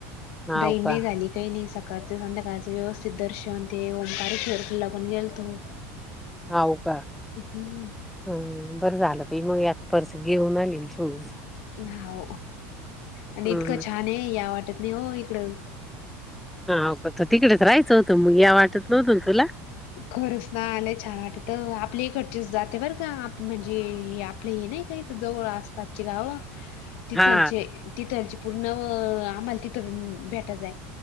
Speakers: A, in the centre; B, on the left.
A: हाव
B: दैनय
A: का
B: झाली‌. काही नाही सकाळचं संध्याकाळचं व्यवस्थित दर्शन ते ओंकारेश्वर ला पण गेलतो.
A: हाव का.
B: हम्म
A: हा बरं झालं ते मग याक पर्स घेऊन आली मी-
B: हा
A: हम्म
B: आणि इतकं छान आहे याव वाटत नाही हो इकडं.
A: हा का त तिकडेच राहयचं होतं मग याव वाटत नव्हतं ना तुला.
B: खरंच ना लय छान वाटतं आपली इकडचेच जात आहे बरं का आप म्हणजे आपले नाय का इथे जवळ आसपासची गाव. तिथं
A: हा
B: आमचे तिथं आमचे पूर्ण न आम्हाला तिथं बी भेटायचंय.